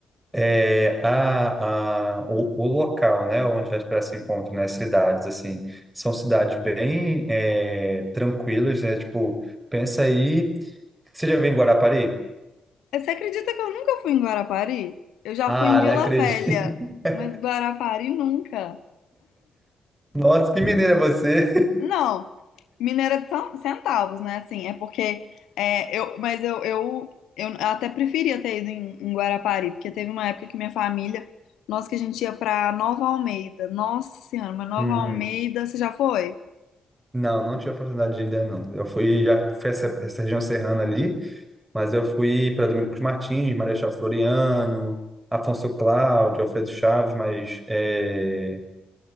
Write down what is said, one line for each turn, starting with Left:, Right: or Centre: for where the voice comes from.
Right: É, a, a, o, o local, né, onde as praias se encontram, nas cidades, assim, são cidades bem é, tranquilas, né? Tipo, pensa aí. Você já veio em Guarapari?
Left: Você acredita que eu nunca fui em Guarapari? Eu já
Right: Ah,
Left: fui em Vila
Right: não acredito.
Left: Velha,
Right: <laughs>
Left: mas Guarapari nunca.
Right: Nossa, que mineiro é você!
Left: Não, Mineira de cen- centavos, né? Assim, é porque é, eu, mas eu, eu, eu até preferia ter ido em, em Guarapari, porque teve uma época que minha família, nossa, que a gente ia pra Nova Almeida. Nossa Senhora, mas Nova
Right: <laughs>
Left: Almeida, você já foi?
Right: Não, não tive a oportunidade de ainda não. Eu fui, já fui essa, essa região serrana ali, mas eu fui para Domingos Martins, Marechal Floriano, Afonso Cláudio, Alfredo Chaves, mas é,